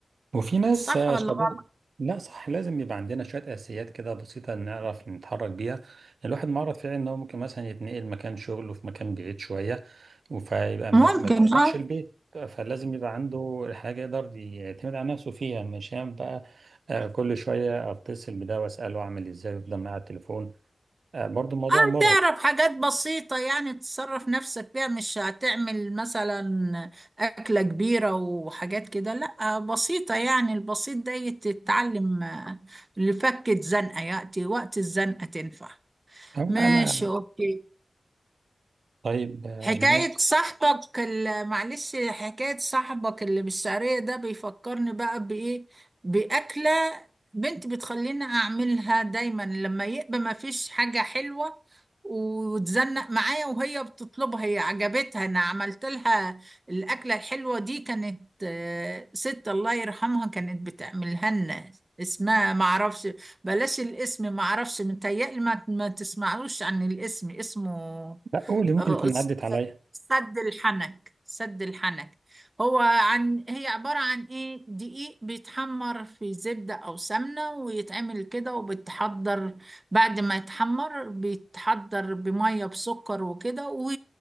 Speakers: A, on the right; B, on the right.
A: وفي ناس
B: صح
A: آه،
B: ولا
A: شباب
B: غلط
A: لا صح لازم يبقى عندنا شوية أساسيات كده بسيطة نعرف نتحرك بيها الواحد معرض فعلا إن هو ممكن مثلا يتنقل مكان شغل وفي مكان بعيد شوية فيبقى م-
B: ممكن
A: ما بيروحش
B: اه
A: البيت فلازم يبقى عنده حاجة يقدر يعتمد على نفسه فيها مش يعني بقى آه، كل شوية أتصل بده وأسأله أعمل إزاي ويفضل معاه على التليفون آه، برضو الموضوع
B: اه
A: مرهق
B: تعرف حاجات بسيطة يعني تصرف نفسك بيها مش هتعمل مثلا أكلة كبيرة وحاجات كده لا بسيطة يعني البسيط ده يتتعلم آه، لفكة زنقة يأتي وقت الزنقة تنفع
A: أه لا
B: ماشي
A: أنا
B: أوكي
A: طيب آه،
B: حكاية
A: ماشي
B: صاحبك ال- معلش حكاية صاحبك اللي بالشعرية ده بيفكرني بقى بإيه بأكلة بنتي بتخليني أعملها دايما لما يبقى ما فيش حاجة حلوة وتزنق معايا وهي بتطلبها هي عجبتها أنا عملت لها الأكلة الحلوة دي كانت آه، ست الله يرحمها كانت بتعملها لنا اسمها معرفش بلاش الاسم معرفش متهيألي ما ما تسمعلوش عن الاسم اسمه
A: لا قولي ممكن
B: آه،
A: يكون عدت عليا
B: سد الحنك سد الحنك هو عن هي عبارة عن ايه دقيق بيتحمر في زبدة او سمنة ويتعمل كده وبتحضر بعد ما يتحمر بيتحضر بمية بسكر وكده و...